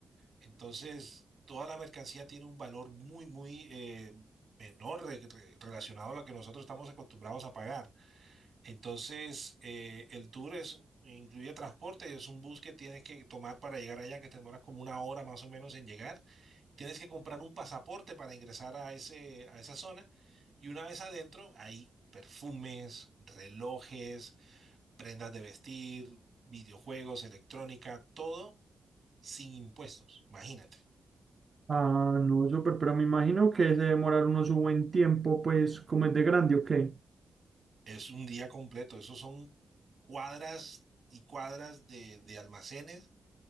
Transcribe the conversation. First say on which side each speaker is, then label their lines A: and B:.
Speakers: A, on the right; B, on the right.
A: Entonces, toda la mercancía tiene un valor muy, muy eh, menor re- re- relacionado a lo que nosotros estamos acostumbrados a pagar. Entonces, eh, el tour es, incluye transporte, es un bus que tienes que tomar para llegar allá, que te demoras como una hora más o menos en llegar. Tienes que comprar un pasaporte para ingresar a ese, a esa zona. Y una vez adentro, hay perfumes, relojes, prendas de vestir, videojuegos, electrónica, todo sin impuestos. Imagínate,
B: ah, no, súper, pero me imagino que se demoraron unos un buen tiempo, pues, como es de grande, ¿o qué?
A: es un día completo. Esos son cuadras y cuadras de de almacenes